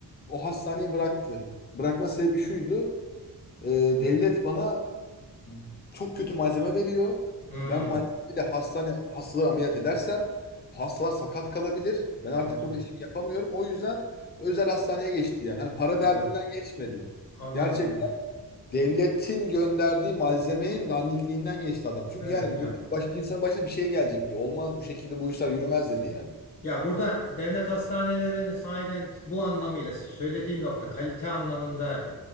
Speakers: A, on the left (about 25°); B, on the left (about 40°).
A: o hastaneyi bıraktı. Bırakma sebebi şuydu. E, devlet bana çok kötü malzeme veriyor.
B: Hı.
A: Ben malzemeyle hastane hastaları ameliyat edersem bu hastalar sakat kalabilir. Ben
B: Anladım.
A: artık burada işimi yapamıyorum. O yüzden özel hastaneye geçti yani. Hani para
B: Anladım.
A: derdinden geçmedi.
B: Anladım
A: Gerçekten
B: anladım.
A: devletin gönderdiği malzemenin dandikliğinden geçti adam. Çünkü
B: Evet
A: yani
B: ya.
A: burada baş, insanın başına bir şey gelecek diyor. Olmaz bu şekilde bu işler yürümez dedi yani.
B: Ya burada devlet hastanelerinin sahiden bu anlamıyla söylediğin nokta kalite anlamında